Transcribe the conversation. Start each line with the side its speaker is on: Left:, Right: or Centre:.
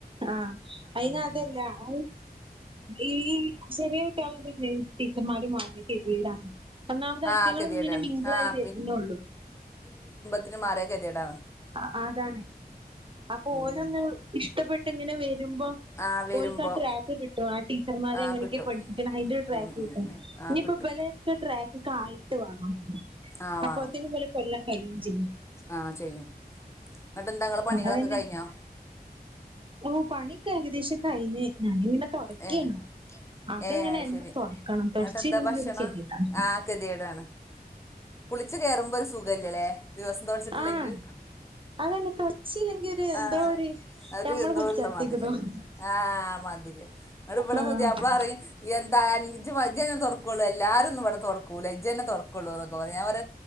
Right: ആഹ്. അയ്നതല്ല
Left: ഉം ഉം
Right: അഹ് ഈ ചെറിയ കുട്ട്യാളെത് ല്ലേ ടീച്ചർമാരും മാ ര് കെത്യേടാണ്. ഒന്നാമത് ഐറ്റങ്ങള്
Left: ആഹ് കെതിയേടാണ്
Right: ങ്ങനെ മിങ്കിളായി
Left: ആഹ്
Right: വര്നൊള്ളൂ.
Left: ത്തിന് മാറ്യാ കെത്യേടാണ്.
Right: ആ അതാണ്, അപ്പോലൊന്ന്
Left: ഉം
Right: ഇഷ്ടപ്പെട്ട്ങ്ങനെ വെരുമ്പൊ
Left: ആഹ് വരുമ്പോ
Right: ഓൽക്കാ ട്രാക്ക് കിട്ടും. ആ ടീച്ചർമാരെങ്ങനെക്കെ
Left: ആഹ് കിട്ടും
Right: പഠിപ്പിക്കണ. അയ്ന്റൊരു ട്രാക്ക്
Left: ഉം
Right: കിട്ടും
Left: ഉം ഉം ആഹ്
Right: ന്നിപ്പോ
Left: കിട്ടും
Right: ബലന്നെ ട്രാക്ക്ക്കായിട്ട് വാണം.
Left: ആഹ് വാണം
Right: അപ്പോത്തിന് ബലെ കൊല്ലം കയ്യും ചെയ്യും
Left: ആഹ് ചെയ്യും ന്നട്ടെന്താ ഇങ്ങളെ പണികളൊക്കെ
Right: അതന്നെ
Left: കഴിഞ്ഞോ
Right: ഓ പണിക്കേകദേശം കഴിഞ്ഞ് ഞാനിങ്ങനെ തൊടക്കേനി
Left: ഏഹ്
Right: അകങ്ങനെ
Left: ഏഹ് അത്
Right: എന്നും
Left: ശരി
Right: തൊടക്കണം.
Left: ഇങ്ങട്ട്
Right: തൊടച്ചില്ലങ്കിലൊരു
Left: എന്താ ഭക്ഷണം
Right: കെത്യേടാണ്
Left: ആഹ് കെതിയേടാണ് കുളിച്ച് കേറുമ്പൊരു സുഖല്ലല്ലേ ദിവസം തൊടച്ചിട്ടില്ലെങ്കി
Right: ആഹ് അതന്നെ തൊടച്ചില്ലെങ്കി ഒരു എന്തോ
Left: ആഹ്
Right: ഒരു
Left: അവര്
Right: ഞമ്മള്
Left: എന്തോള്ള
Right: കുളിച്ചാത്തേക്ക്
Left: മാതിര്യ,
Right: തോന്നും
Left: ആആ മാതിര്യ, ന്നട്ട് വടെ
Right: ഏഹ്
Left: പുത്യാപ്പളറിം എന്താണ് ജ്ജെന്നെ തൊടക്കുള്ളൂ എല്ലാരൊന്നും വടെ തൊട്ക്കൂല ഇജ്ജന്നെ തൊടക്കുള്ളൂന്നൊക്- പറ ഞാൻ പറ